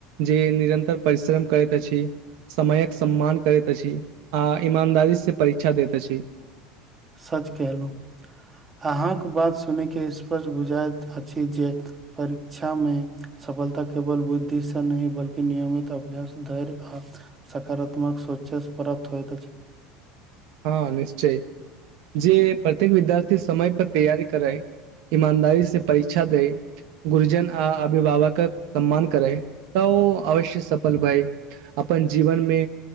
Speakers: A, on the right; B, on the right.
A: जे निरन्तर परिश्रम करैत अछि। समयक सम्मान करैत अछि आ ईमानदारी से परीक्षा दैत अछि।
B: सच केहलु। अहाँ के बात सुनै के स्पष्ट बुझाएत अछि जे परीक्षा मे सफलता केवल बुद्धि से नहि बल्कि नियमित अभ्यास, धैर्य आ सकारात्मक सोचे से प्राप्त होएत अछि।
A: हां निश्चय जे प्रत्येक विद्यार्थी समय पर तैयारी करै ईमानदारी से परीक्षा देै गुर्जन आ अभिभावकक सम्मान करै तऽ ओ अवश्य सफल भै। अपन जीवन मे